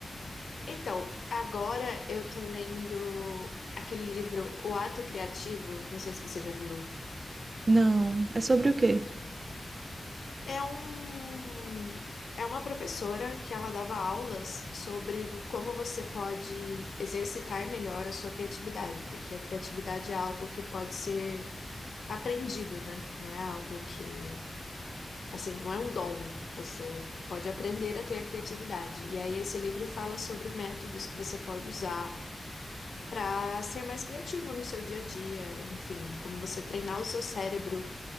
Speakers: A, on the left (about 85°); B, on the right (about 55°).
A: Então, agora eu tô lendo aquele livro O Ato Criativo, não sei se você já viu.
B: Não, é sobre o quê?
A: É um, é uma professora que ela dava aulas sobre vo- como você pode exercitar melhor a sua criatividade, porque a criatividade é algo que pode ser aprendido, né? Não é algo que, assim, não é um dom. Você pode aprender a ter a criatividade. E aí esse livro fala sobre métodos que você pode usar para ser mais criativo no seu dia a dia, enfim, como você treinar o seu cérebro